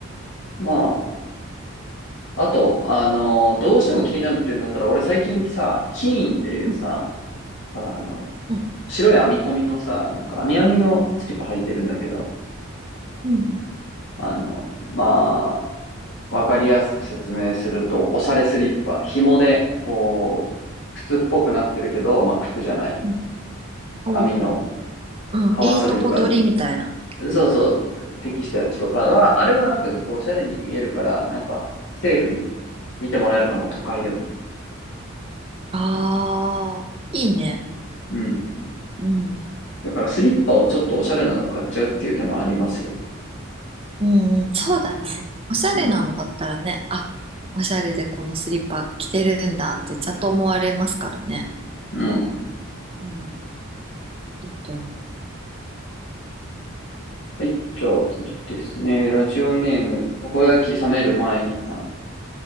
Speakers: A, on the left (about 60°); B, on the right (about 25°).
A: まあ、あと、あの、どうしても気になるっていうんだったら、俺最近さ、キーンっていうさ、
B: うん。
A: ほら、あの、
B: うん。
A: 白い編み込みのさ、なんか、編み編みのスリッパ履いてるんだけど、
B: うん。
A: あの、まわかりやすく説明すると、おしゃれスリッパ。紐で、こう、靴っぽくなってるけど、まあ、靴じゃない。
B: うん。ほうほうほう。
A: 網の
B: うん。
A: 川遊びとかに、
B: いいとこ取りみたいな。
A: そうそう、適したやつとかは、あれはなんか結構おしゃれに見えるから、なんか、セーフに見てもらえるかも、都会でも。
B: ああー、いいね。
A: うん。
B: うん。
A: だからスリッパをちょっとおしゃれなのを買っちゃうっていう手もありますよ。
B: うんうん。そうだね。おしゃれなのだったらね、
A: うん。
B: あ、おしゃれでこのスリッパ着てるんだってちゃんと思われますからね。
A: うん。
B: うん。いいと思
A: はい。じゃあ次ですね。ラジオネーム、たこ焼き冷める前にさん。